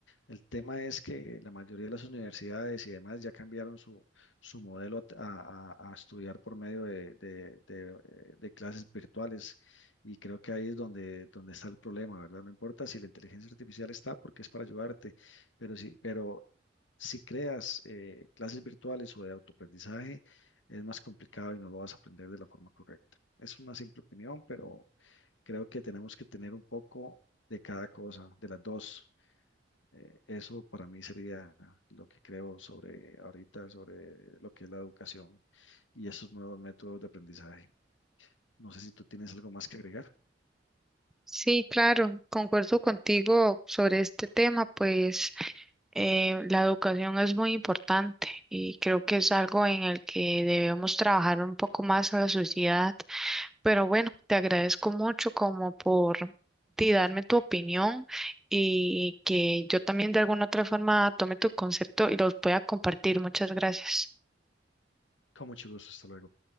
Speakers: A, on the left; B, in the centre.
A: El tema es que la mayoría de las universidades y demás ya cambiaron su, su modelo a, a- a estudiar por medio de, de- de, eh, de clases virtuales y creo que ahí es donde, donde está el problema, ¿verdad? No importa si la inteligencia artificial está porque es para ayudarte, pero sí, pero si creas eh, clases virtuales o de autoaprendizaje, es más complicado y no lo vas a aprender de la forma correcta. Es una simple opinión, pero creo que tenemos que tener un poco de cada cosa, de las dos. Eh, eso para mí sería lo que creo sobre ahorita, sobre lo que es la educación y esos nuevos métodos de aprendizaje. No sé si tú tienes algo más que agregar.
B: Sí, claro, concuerdo contigo sobre este tema, pues eh, la educación es muy importante y creo que es algo en el que debemos trabajar un poco más a la sociedad. Pero bueno, te agradezco mucho como por ti darme tu opinión y que yo también de alguna otra forma tome tu concepto y los pueda compartir. Muchas gracias.
A: Con mucho gusto, hasta luego.